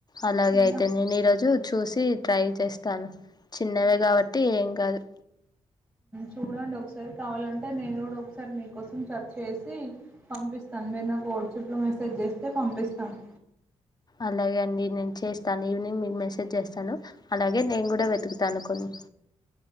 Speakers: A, on the left (about 30°); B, on the right (about 20°).
A: అలాగే
B: ఇగ
A: అయితే నేను ఈరోజు చూసి ట్రై చేస్తాను చిన్నవే కాబట్టి ఏం కాదు
B: చూడండి ఒకసారి కావాలంటే నేను కూడా ఒకసారి మీకోసం సర్చ్ చేసి పంపిస్తాను మీరు నాకు వాట్సాప్ లో మెసేజ్ చేస్తే పంపిస్తాను
A: అలాగే అండి నేను చేస్తాను ఈవినింగ్ మీకు మెసేజ్ చేస్తాను అలాగే నేను కూడా వెతుకుతాను కొన్ని